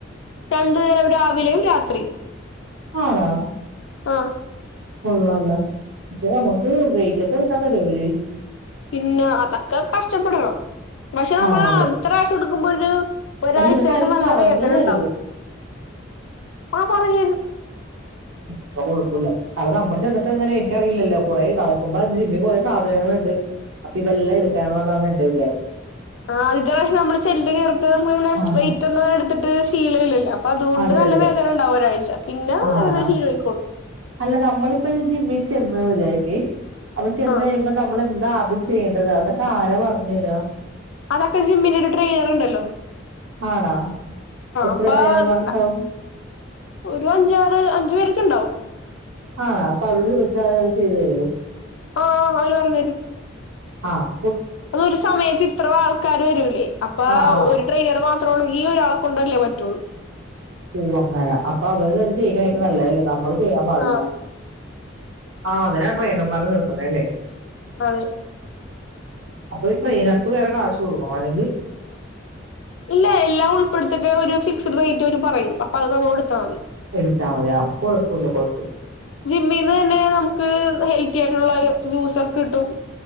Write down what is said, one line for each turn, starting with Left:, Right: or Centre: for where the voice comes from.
Left: രണ്ടു നേരം രാവിലെയും രാത്രി
Right: ആണാ
Left: ആഹ്
Right: കൊള്ളാല്ല പക്ഷെ നമുക്ക് വെയിറ്റ് ഒക്കെ എടുക്കാൻ തരോ അവര്
Left: പിന്ന അതൊക്കെ കഷ്ടപ്പെടണം പക്ഷെ നമ്മള്
Right: ആണല്ലേ
Left: ആദ്യത്താപ്രാശം എടുക്കുമ്പോ ഒരു ഒരാഴ്ചക്കെ
Right: അല്ല ഇതൊക്കെ ആരെങ്കിലും
Left: നല്ല
Right: പറഞ്ഞു
Left: വേദന ഉണ്ടാവും
Right: <unintelligible>
Left: ആ പറയ
Right: അപ്പ കുഴപ്പമില്ല കാരണം നമ്മൾ ചെന്നിട്ട് അങ്ങനെ എനിക്കറിയില്ലല്ലോ കൊറെ നോക്കുമ്പോ ജിമ്മി കുറേ സാധനങ്ങളണ്ട് അപ്പൊ ഇതെല്ലാം എടുക്കാനുള്ളതാന്ന എന്റെ വിചാരം
Left: ആദ്യത്തെ പ്രാശം നമ്മള് ചെല്ല് കേറു നമക്ക് ഇങ്ങനെ
Right: ആണോ
Left: വെയിറ്റ് ഒന്നും എടുത്തിട്ട് ശീലല്ലല്ലോ അപ്പൊ അതുകൊണ്ട്
Right: അതെ
Left: നല്ല
Right: അതെ
Left: വേദന ഉണ്ടാവും ഒരാഴ്ച പിന്ന
Right: ആണോ
Left: ശീലായിക്കോളും
Right: അല്ല നമ്മളിപ്പൊ ജിമ്മിൽ ചെന്നൂന്ന് വിചാരിക്കെ അപ്പൊ ചെന്ന്
Left: ആ
Right: കഴിയുമ്പോ നമ്മൾ എന്താ ആദ്യം ചെയ്യേണ്ടത് അതൊക്കെ ആരാ പറഞ്ഞരുവാ
Left: അതൊക്കെ ജിമ്മിന് ഒരു ട്രെയിനറുണ്ടല്ലോ
Right: ആണാ എത്ര
Left: അപ്പൊ
Right: ട്രൈനമാരുണ്ടാവും
Left: ഒരു അഞ്ചാറ് അഞ്ചു പേരൊക്കെ ഉണ്ടാവും
Right: ആണ അപ്പൊ അവരോട് ചോദിച്ചാൽ അവരത് ചെയ്തു തരോ
Left: ഓഹ് അവര് പറഞ്ഞരും
Right: ആഹ്
Left: അതൊരു സമയത്ത് ഇത്രവാ ആൾക്കാര് വരൂല്ലേ അപ്പ
Right: ആ ആ
Left: ഒരു ട്രെയിനർ മാത്രൊണ് ഈ ഒരാളെ കൊണ്ടല്ലേ പറ്റുള്ളൂ
Right: ഓ അങ്ങനെ അപ്പൊ അവര് തന്ന ചെയ്യുകയുമായിരിം ക്ക നല്ലല്ലേ നമ്മള്ക്ക് ചെയ്യാൻ പാടില്ല
Left: ആഹ്
Right: ആഹ് അതിനാ ട്രൈനന്മാരെ നിർതണത് അല്ലേ
Left: അതെ
Right: അപ്പൊ ഈ ട്രെയിനർക്ക് വേറെ കാശ് കൊടുക്കണോ അല്ലെങ്കി
Left: ഇല്ല എല്ലാം ഉൾപ്പെടുത്തിട്ട് ഒരു ഫിക്സഡ് റേറ്റ് ഓര് പറയും അപ്പൊ അത് നമ്മളൊടുത്താ മതി
Right: എടുത്താൽ മതി ആ അപ്പ കൊഴപ്പമില്ല കൊഴപ്പമില്ല
Left: ജിമ്മീന്ന് തന്നെ നമുക്ക് ഹെൽത്തി ആയിട്ടുള്ള ജ്യൂസൊക്കെ കിട്ടും